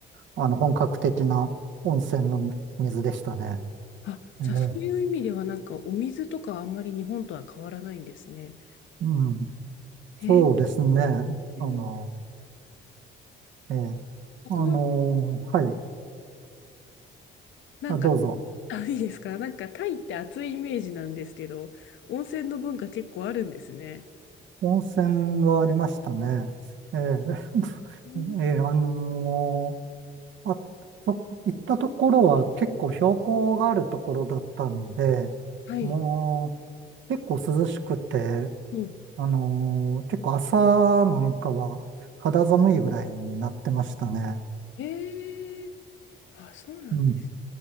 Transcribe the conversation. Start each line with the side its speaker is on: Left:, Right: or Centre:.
Right: あの、本格的な温泉の水でしたね。
Left: あ、じゃあそういう意味ではなんかお水とかあんまり日本とは変わらないんですね。
Right: ええ、うん、
Left: えー、
Right: そうですね。
Left: えー
Right: あの、ええ、
Left: そこ
Right: あの、はい、
Left: なんか、
Right: あ、どうぞ。
Left: あ、いいですかなんかタイって暑いイメージなんですけど、温泉の文化結構あるんですね。
Right: 温泉はありましたね。ええ、
Left: うん
Right: <laughs> ええ、あのあ、そ、行ったところは結構標高があるところだったんで、
Left: はい。
Right: もう結構涼しくて、
Left: うん。
Right: あのー結構朝なんかは肌寒いぐらいになってましたね。
Left: ええあ、そうなんです。
Right: うん。